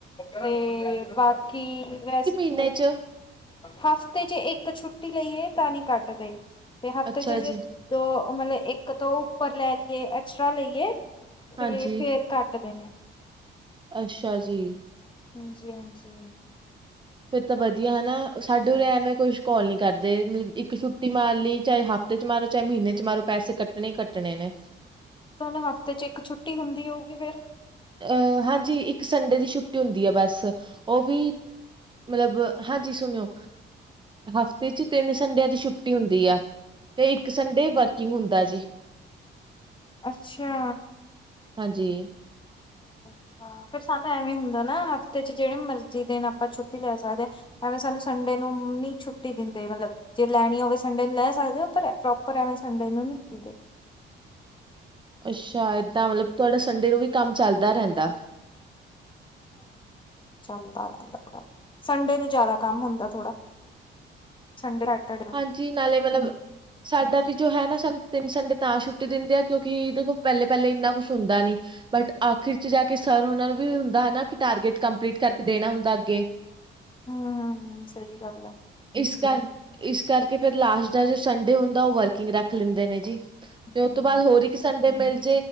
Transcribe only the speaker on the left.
ਤੇ ਬਾਕੀ ਵੈਸੇ
ਹਫ਼ਤੇ ਜੇ ਇੱਕ ਛੁੱਟੀ ਲਈਏ ਤਾਂ ਨਹੀਂ ਕੱਟਦੇ ਤੇ ਹਫ਼ਤੇ
ਚ ਜੇ
ਦੋ ਮਤਲਬ ਇੱਕ ਤੋਂ ਉੱਪਰ ਲੈ ਲਈਏ ਐਕਸਟ੍ਰਰਾ ਲਈਏ ਤੇ
ਫੇਰ ਕੱਟ ਦੇ ਨੇ।
ਹਾਂਜੀ-ਹਾਂਜੀ
ਤੁਾਨੂੰ ਹਫ਼ਤੇ ਚ ਇੱਕ ਛੁੱਟੀ ਹੁੰਦੀ ਹੋਊਗੀ ਫੇਰ
ਅੱਛਾ
ਅੱ ਫਿਰ ਸਾਨੂੰ ਐਵੇਂ ਹੁੰਦਾ ਨਾ ਹਫ਼ਤੇ ਚ ਜਿਹੜੇ ਮਰਜ਼ੀ ਦਿਨ ਆਪਾਂ ਛੁੱਟੀ ਲੈ ਸਕਦੇ ਹਾਂ ਐਵੇਂ ਸਾਨੂੰ ਸੰਡੇ ਨੂੰ ਨਹੀਂ ਛੁੱਟੀ ਦਿੰਦੇ ਮਤਲਬ ਜੇ ਲੈਣੀ ਹੋਵੇ ਸੰਡੇ ਨੂੰ ਲੈ ਸਕਦੇ ਹੋ ਪਰ ਪ੍ਰੋਪਰ ਐਵੇਂ ਸੰਡੇ ਸੰਡੇ ਨੂੰ ਨੀ ਦਿੰਦੇ
ਚੱਲਦਾ ਰਹਿੰਦਾ, ਸੰਡੇ ਨੂੰ ਜ਼ਿਆਦਾ ਕੰਮ ਹੁੰਦਾ ਥੋੜਾ ਸੰਡੇ ਸੈਟਰਡੇ ਨੂੰ
ਹਮ-ਹਮ। ਸਹੀ ਗੱਲ ਆ
ਅੱਛਾ